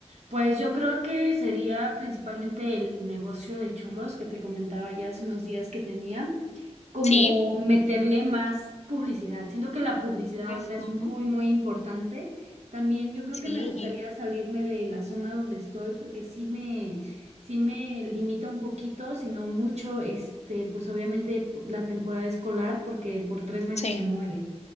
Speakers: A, on the right; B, on the left.
A: pues yo creo que sería principalmente el negocio de churros que te comentaba ya hace unos días que tenía, como
B: Sí.
A: meterle más publicidad. Siento que la publicidad
B: Ujú,
A: ahorita es muy, muy importante. También yo creo
B: Sí,
A: que me gustaría salirme de la zona donde estoy porque sí me, sí me limita un poquito, sino mucho, este, pues obviamente la temporada escolar porque por tres meses
B: sí.
A: se muere.